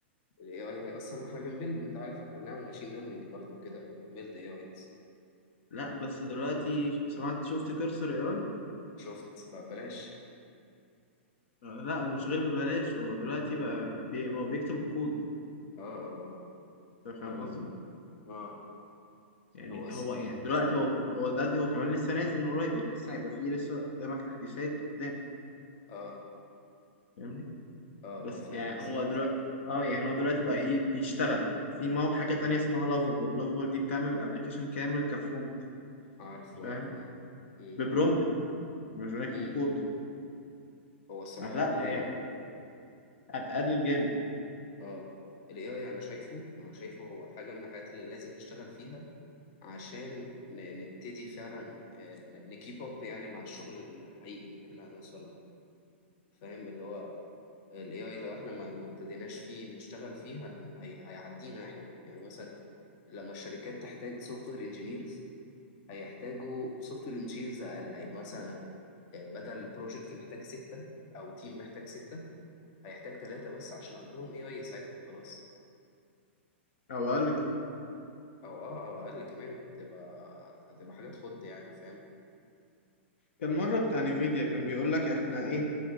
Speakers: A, on the left; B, on the left.
A: ال AI هيأثر ما احنا بنبيلد انت عارف احنا بنعمل ماشين ليرنينج برضه وكده احنا بنبيلد AIs
B: <laughs> لا بس دلوقتي سمعت شفت كرسر AI
A: شفت بقى بلاش
B: لا مش غير ببلاش هو دلوقتي بقى بي... هو بيكتب الكود
A: <laughs> اه اه
B: أنت فاهم
A: اه
B: قصدي
A: اه آه،
B: يعني
A: هو أص-
B: هو يعني دلوقتي هو هو دلوقتي هو كمان لسه نازل من قريب يعني لسه هيبقى فيه لسه قدامك تحديثات قدام
A: اه
B: فاهمني
A: اه
B: بس
A: اه فاهم
B: يعني
A: قصدي
B: هو دلوقتي اه يعني هو دلوقتي بقى ايه بيشتغل في مو حاجة تانية اسمها لافابول لافابول دي بتعمل الابلكيشن كامل كفرونت
A: عارف اه
B: فاهم
A: اه مم،
B: ببرومبت مش بنكتب
A: مم.
B: كود
A: هو الصراحة
B: ما لا
A: ال
B: يعني
A: AI
B: هتقلل
A: يعني
B: جامد
A: اه ال AI أنا شايفه أنا شايفه هو حاجة من الحاجات اللي لازم نشتغل فيها عشان ن- نبتدي فعلا نكيب أب يعني مع الشغل الحقيقي اللي احنا هنوصل له فاهم اللي هو ال AI لو احنا ما ما ابتديناش فيه نشتغل فيه هن... هي... هيعدينا احنا يعني مثلا لما الشركات تحتاج سوفت وير انجينيرز هيحتاجوا سوفت وير انجينيرز أقل يعني مثلا آه، بدل بروجكت محتاج ستة أو تيم محتاج ستة هيحتاج ثلاثة بس عشان عندهم AI يساعدهم خلاص
B: او اقل كمان
A: او اه او اقل كمان هتبقى هتبقى حاجات خض يعني فاهم
B: كان مره بتاع نيفيديا كان بيقول لك احنا ايه